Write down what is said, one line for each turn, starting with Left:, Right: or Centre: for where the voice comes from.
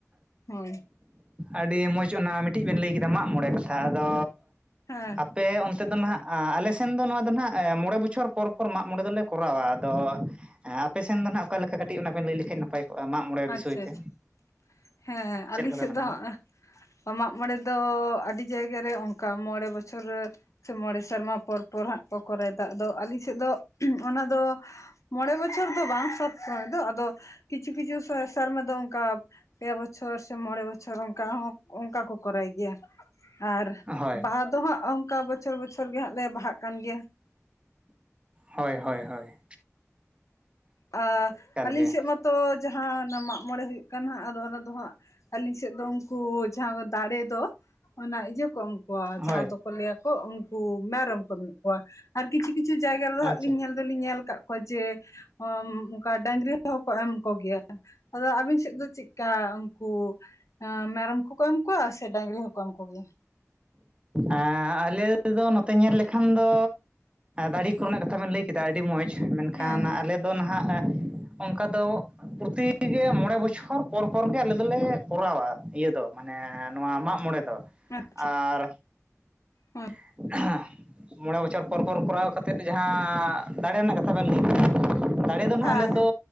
Left: ᱦᱳᱭ᱾
Right: ᱟᱰᱤ ᱢᱚᱡᱽ ᱚᱱᱟ ᱢᱤᱜᱴᱤᱡ ᱵᱮᱱ ᱞᱟᱹᱭ ᱠᱮᱫᱟ ᱢᱟᱜ ᱢᱚᱬᱮ ᱠᱟᱛᱷᱟ᱾ ᱟᱫᱚ
Left: ᱦᱮᱸ
Right: ᱟᱯ ᱯᱮ ᱚᱱᱛᱮ ᱫᱚ ᱱᱟᱦᱟᱜ ᱟᱞᱮ ᱥᱮᱱ ᱫᱚ ᱱᱚᱣᱟ ᱫᱚ ᱱᱟᱦᱟᱜ ᱢᱚᱬᱮ ᱵᱚᱪᱷᱚᱨ ᱯᱚᱨ ᱯᱚᱨ ᱢᱟᱜ ᱢᱚᱬᱮ ᱫᱚᱞᱮ ᱠᱚᱨᱟᱣᱟ, ᱟᱫᱚ ᱟᱯᱮ ᱥᱮᱱ ᱫᱚ ᱱᱟᱦᱟᱜ ᱚᱠᱟ ᱞᱮᱠᱟ ᱠᱟᱴᱤᱡ ᱚᱱᱟ ᱵᱮᱱ ᱞᱮᱹᱭ ᱞᱮᱠᱷᱟᱡ ᱱᱟᱯᱟᱭ ᱠᱚᱜᱼᱟ, ᱢᱟᱜ ᱢᱚᱬᱮ ᱵᱤᱥᱚᱭ
Left: ᱟᱪᱪᱷᱟ
Right: ᱛᱮ
Left: ᱟᱪᱪᱷᱟ, ᱦᱮᱸ
Right: ᱪᱮᱫ
Left: ᱟᱞᱤᱧ
Right: ᱞᱮᱠᱟ ᱯᱮ
Left: ᱥᱮᱫ
Right: ᱢᱟᱱᱟᱣᱟ
Left: ᱫᱚ ᱦᱟᱸᱜ ᱢᱟᱜ ᱢᱚᱬᱮ ᱫᱚ ᱟᱰᱤ ᱡᱟᱭᱜᱟ ᱨᱮ ᱚᱝᱠᱟ ᱢᱚᱬᱮ ᱵᱚᱪᱷᱚᱨ ᱥᱮ ᱢᱚᱬᱮ ᱥᱮᱨᱢᱟ ᱯᱚᱨ ᱯᱚᱨ ᱦᱟᱸᱜ ᱠᱚ ᱠᱚᱨᱟᱭᱮᱫᱟ ᱾ ᱟᱫᱚ ᱟᱞᱤᱧ ᱥᱮᱫ ᱫᱚ ᱚᱱᱟ ᱫᱚ, ᱢᱚᱬᱮ ᱵᱚᱪᱷᱚᱨ ᱫᱚ ᱵᱟᱝ ᱥᱚᱵ ᱥᱚᱢᱚᱭ ᱫᱚ ᱟᱫᱚ ᱠᱤᱪᱷᱩ ᱠᱤᱪᱷᱩ <inaudible> ᱥᱟᱨᱢᱟ ᱫᱚ ᱚᱝᱠᱟ ᱯᱮ ᱵᱚᱪᱷᱚᱨ ᱥᱮ ᱢᱚᱬᱮ ᱵᱚᱪᱷᱚᱨ ᱚᱝᱠᱟ ᱦᱚᱸ ᱚᱝᱠᱟ ᱠᱚ ᱠᱚᱨᱟᱭ ᱜᱮᱭᱟ ᱾ ᱟᱨ
Right: ᱦᱳᱭ
Left: ᱵᱟᱦᱟ ᱫᱚ ᱦᱟᱸᱜ ᱚᱝᱠᱟ ᱵᱚᱪᱷᱚᱨ ᱵᱚᱪᱷᱚᱨ ᱜᱮ ᱦᱟᱸᱜ ᱞᱮ ᱵᱟᱦᱟᱜ ᱠᱟᱱ ᱜᱮᱭᱟ ᱾
Right: ᱦᱚᱭ ᱦᱚᱭ ᱦᱚᱭ ᱾
Left: ᱟᱻ ᱟᱞᱤᱧ
Right: ᱜᱮ
Left: ᱥᱮᱫ ᱢᱟᱛᱚ ᱡᱟᱦᱟᱸ ᱚᱱᱟ ᱢᱟᱜ ᱢᱚᱬᱮ ᱦᱩᱭᱩᱜ ᱠᱟᱱ ᱦᱟᱸᱜ ᱟᱫᱚ ᱚᱱᱟ ᱫᱚ ᱦᱟᱸᱜ ᱟᱞᱤᱧ ᱥᱮᱫ ᱫᱚ ᱩᱝᱠᱩ ᱡᱟᱦᱟᱸ ᱫᱟᱲᱮ ᱫᱚ, ᱚᱱᱟ ᱤᱡᱟᱹ ᱠᱚ ᱮᱢ ᱠᱚᱣᱟ, ᱡᱟᱦᱟᱸ
Right: ᱦᱳᱭ
Left: ᱫᱚᱠᱚ ᱞᱟᱹᱭᱟ ᱠᱚ ᱩᱱᱠᱩ ᱢᱮᱨᱚᱢ ᱠᱚ ᱮᱢᱮᱫ ᱠᱚᱣᱟ ᱾ ᱟᱨ ᱠᱤᱪᱷᱩ ᱠᱤᱪᱷᱩ ᱡᱟᱭᱜᱟ ᱨᱮᱫᱚ
Right: ᱟᱪᱪᱷᱟ
Left: ᱦᱟᱸᱜ ᱞᱤᱧ ᱧᱮᱞ ᱟᱫᱚ ᱞᱤᱧ ᱧᱮᱞ ᱠᱟᱜ ᱠᱚᱣᱟ ᱡᱮ ᱚᱸᱻᱢ ᱚᱝᱠᱟ ᱰᱟᱝᱜᱽᱨᱤ ᱦᱚᱸ ᱠᱚ ᱮᱢ ᱠᱚ ᱜᱮᱭᱟ ᱾ ᱟᱫᱚ ᱟᱵᱤᱱ ᱥᱮᱫ ᱫᱚ ᱪᱤᱜ ᱠᱟ ᱩᱝᱠᱩ ᱮᱸ ᱢᱮᱨᱚᱢ ᱠᱚᱠᱚ ᱮᱢ ᱠᱚᱣᱟ ᱥᱮ ᱰᱟᱝᱜᱽᱨᱤ ᱦᱚᱸ ᱠᱚ ᱮᱢ ᱠᱚ ᱜᱮᱭᱟ?
Right: ᱮᱸᱻ ᱟᱞᱮ <inaudible> ᱫᱚ ᱱᱚᱛᱮ ᱧᱮᱞ ᱞᱮᱠᱷᱟᱱ ᱫᱚ ᱫᱟᱲᱤ ᱠᱚ ᱨᱮᱱᱟᱜ ᱠᱟᱛᱷᱟ ᱵᱮᱱ ᱞᱮᱹᱭ ᱠᱮᱫᱟ ᱟᱰᱤ ᱢᱚᱸᱡᱽ ᱢᱮᱱᱠᱷᱟᱱ
Left: ᱦᱮᱸ ᱦᱮᱸ
Right: ᱟᱞᱮ ᱛᱚ ᱱᱟᱦᱟᱜ ᱚᱝᱠᱟ ᱫᱚ ᱯᱨᱚᱛᱤ <inaudible> ᱢᱚᱬᱮ ᱵᱚᱪᱷᱚᱨ ᱯᱚᱨ ᱯᱚᱨ ᱜᱮ ᱟᱞᱮ ᱫᱚᱞᱮ ᱠᱚᱨᱟᱣᱟ ᱤᱭᱟᱹ ᱫᱚ ᱢᱟ ᱱᱮᱻ ᱱᱚᱣᱟ ᱢᱟᱜ ᱢᱚᱬᱮ ᱫᱚ ᱾
Left: <inaudible>
Right: ᱟᱨ
Left: ᱦᱩᱸ᱾
Right: <inaudible> ᱢᱚᱬᱮ ᱵᱚᱪᱷᱚᱨ ᱯᱚᱨ ᱯᱚᱨ ᱠᱚᱨᱟᱣ ᱠᱟᱛᱮᱫ ᱡᱟᱦᱟᱸᱻ ᱫᱟᱬᱮ ᱨᱮᱱᱟᱜ ᱠᱟᱛᱷᱟ ᱵᱮᱱ ᱞᱟᱹᱭ <inaudible> ᱫᱟᱬᱮ ᱫᱚ
Left: ᱦᱮᱸ
Right: ᱱᱟᱦᱟᱜ ᱟᱞᱮ ᱫᱚᱻ
Left: ᱦᱮᱸ